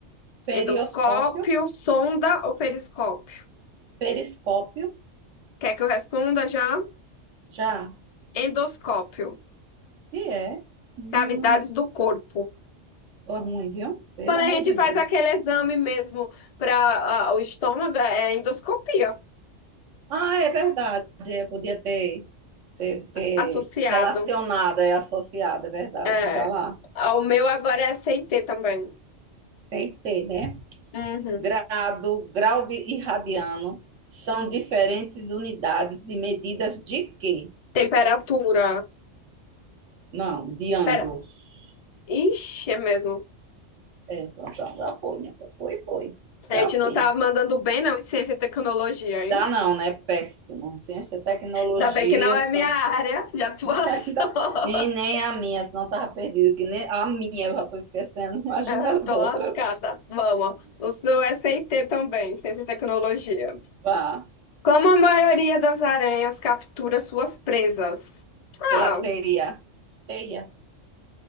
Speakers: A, on the right (about 85°); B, on the left (about 45°).
A: perioscópio,
B: Endoscópio, sonda ou periscópio?
A: periscópio,
B: Quer que eu responda já?
A: já.
B: Endoscópio,
A: E é. Hum,
B: cavidades do corpo.
A: foi ruim, viu? Pelo
B: Quando
A: amor
B: a gente
A: de Deus.
B: faz aquele exame mesmo para o estômago, é endoscopia
A: Ah, é verdade. é, podia ter, ter, ter
B: associado.
A: relacionado, é associado, é verdade.
B: É,
A: Vai lá.
B: o meu agora é CT também.
A: Tem que ter, né?
B: Uhum.
A: grado, grau de- e radiano são diferentes unidades de medidas de quê?
B: Temperatura.
A: Não, de ângulos.
B: Pera. Ixi, é mesmo.
A: É, pronto, então já foi, minha filha. Foi, foi.
B: A
A: É
B: gente
A: assim.
B: não tá mandando bem, não, em ciência e tecnologia, hein?
A: Dá não, né? Péssimo. Ciência, tecnologia,
B: Ainda bem que não é
A: então...
B: minha área de atuação.
A: <laughs>
B: <laughs>
A: E nem a minha, senão tava perdido, que nem a minha eu já tô esquecendo, <laughs> imagina
B: É, tô
A: as outras.
B: lascada. Vamos. O seu SIT também, ciência e tecnologia.
A: Vá,
B: Como a maioria das aranhas captura suas presas?
A: pela
B: Ah,
A: teia. Teia.